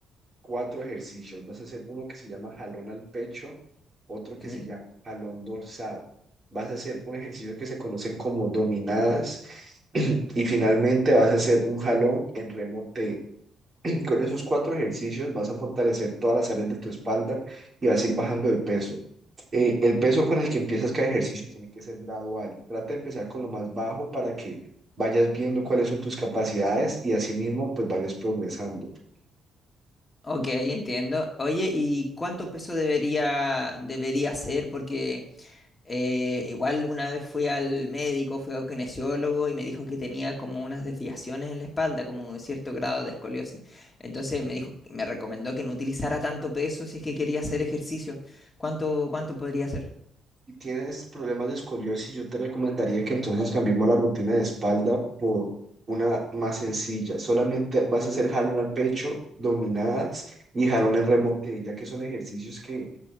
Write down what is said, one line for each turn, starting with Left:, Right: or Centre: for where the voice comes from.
Right: cuatro ejercicios. Vas a hacer uno que se llama jalón al pecho, otro
Left: Ok,
Right: que se llama jalón dorsal. Vas a hacer un ejercicio que se conocen como dominadas <clears throat> y finalmente vas a hacer un jalón en remo T. <clears throat> Con esos cuatro ejercicios vas a fortalecer todas las áreas de tu espalda y vas a ir bajando de peso. Eh, el peso con el que empiezas cada ejercicio tiene que ser gradual. Trata de empezar con lo más bajo para que vayas viendo cuáles son tus capacidades y asimismo pues vayas progresando.
Left: ok, entiendo. Oye, ¿y cuánto peso debería, debería ser? Porque... Eh, igual una vez fui al médico, fui a un kinesiólogo y me dijo que tenía como unas desviaciones en la espalda, como un cierto grado de escoliosis. Entonces me dijo, me recomendó que no utilizara tanto peso si es que quería hacer ejercicio. ¿Cuánto, cuánto podría hacer?
Right: Si tienes problemas de escoliosis, yo te recomendaría que entonces cambiemos la rutina de espalda por una más sencilla. Solamente vas a hacer jalón al pecho, dominadas y jalón en remote, ya que son ejercicios que